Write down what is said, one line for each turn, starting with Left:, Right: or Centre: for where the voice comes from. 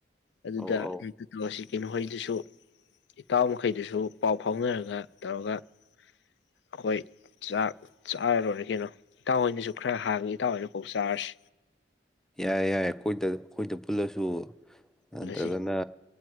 Left: ꯑꯗꯨꯗ
Centre: ꯑꯧ ꯑꯧ
Left: ꯍꯦꯛꯇ ꯇꯧꯁꯤ ꯀꯩꯅꯣꯍꯩꯗꯨꯁꯨ ꯏꯇꯥꯎ ꯃꯈꯩꯗꯨꯁꯨ ꯄꯥꯎ ꯐꯥꯎꯅꯔꯒ ꯇꯧꯔꯒ ꯑꯩꯈꯣꯏ ꯆꯥꯛ ꯆꯥꯔꯔꯔꯦ ꯀꯩꯅꯣ ꯏꯇꯥꯎꯍꯣꯏꯅꯁꯨ ꯈꯔ ꯍꯥꯡꯉꯤ ꯏꯇꯥꯎꯍꯣꯏꯅꯐꯥꯎ ꯆꯥꯔꯁꯤ
Centre: ꯌꯥꯏ ꯌꯥꯏꯦ ꯑꯩꯈꯣꯏꯗ ꯑꯩꯈꯣꯏꯗ ꯄꯨꯜꯂꯁꯨ
Left: ꯄꯨꯜꯂꯁꯤ
Centre: ꯅꯇ꯭ꯔꯒꯅ